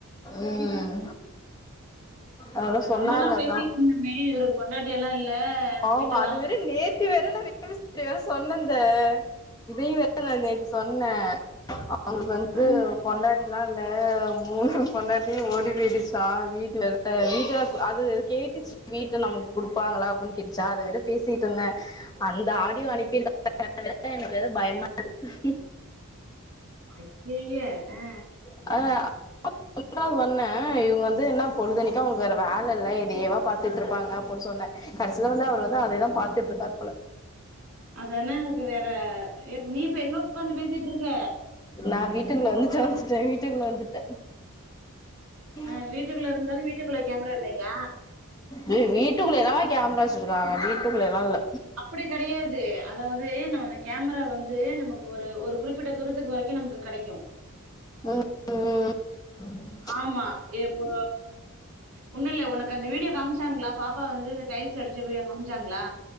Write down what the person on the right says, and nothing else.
இது
நம்மலாம் பேசிட்டு இருந்தோமே இவருக்கு பொண்டாட்டியெல்லாம் இல்ல
வீட்ட வேணா
ஆ
ம்.
ஐய்யேய ஆ
அதானா எனக்கு வேற நீ இப்ப எங்க உக்காந்து பேசிட்டு இருக்க
அ வீட்டுக்குள்ள இருந்தாலும் வீட்டுக்குள்ள கேமரா இல்லையா?
அப்படி கடையாது அதாவது நம்ம அந்த கேமரா வந்து நமக்கு ஒரு ஒரு குறிப்பிட்ட தூரத்துக்கு வரைக்கு நமக்கு கடைக்கும்
ஆமா எப்போ ஒன்னு இல்ல உனக்கு அந்த வீடியோ காமிச்சாங்களா பாப்பா வந்து இந்த டைல்ஸ் அடிச்ச வீடியோ காமிச்சாங்களா